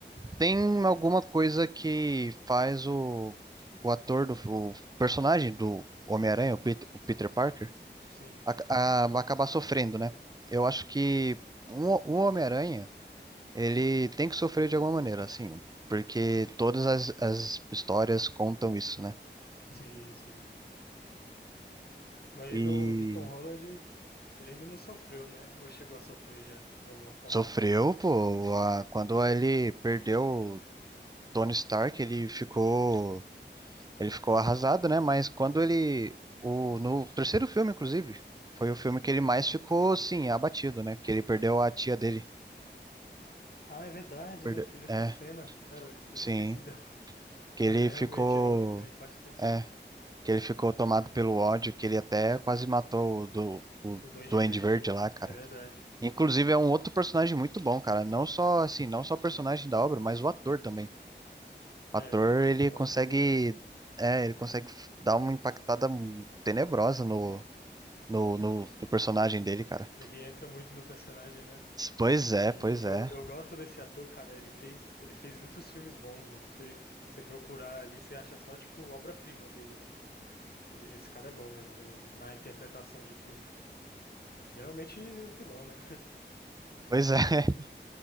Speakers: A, on the right (about 20°); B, on the left (about 55°).
A: tem alguma coisa que faz o, o ator do o personagem do Homem-Aranha, o Pet- o Peter Parker
B: Sim,
A: ac- a- acabar sofrendo, né? Eu acho que um, o Homem-Aranha, ele tem que sofrer de alguma maneira, assim, porque todas as, as histórias contam isso, né?
B: sim, sim. Mas
A: E
B: do, do Tom Holland, ele ainda não sofreu, né? Ou chegou a sofrer já, de alguma forma.
A: sofreu, pô, a- quando ele perdeu o Tony Stark, ele ficou, ele ficou arrasado, né? Mas quando ele, o, no terceiro filme, inclusive, foi o filme que ele mais ficou, sim, abatido, né? Que ele perdeu a tia dele.
B: Ah, é verdade,
A: Perdeu.
B: né? Teve essa
A: É,
B: cena. Cara, eu
A: sim.
B: esqueci dela. <laughs>
A: Que
B: Mas
A: ele
B: é realmente
A: ficou.
B: é, é impactante.
A: é, que ele ficou tomado pelo ódio, que ele até quase matou o do o
B: O Duende
A: Duende
B: Verde
A: Verde
B: lá,
A: lá, cara.
B: é verdade.
A: Inclusive é um outro personagem muito bom, cara. Não só assim, não só o personagem da obra, mas o ator também.
B: É,
A: O ator, ele
B: o
A: consegue,
B: ator do.
A: é, ele consegue dar uma impactada tenebrosa no no, no,
B: <laughs>
A: no personagem dele, cara.
B: Ele entra muito no personagem, né?
A: Pois
B: Sim,
A: é, pois
B: eu,
A: é.
B: eu gosto desse ator, cara. Ele fez, ele fez muitos filmes bons, mano. Você, você procurar ali, você acha só, tipo, obra-prima dele, velho. E- Esse cara é bom mesmo no- na interpretação de filme. Geralmente os vilão, né?
A: Pois é. <laughs>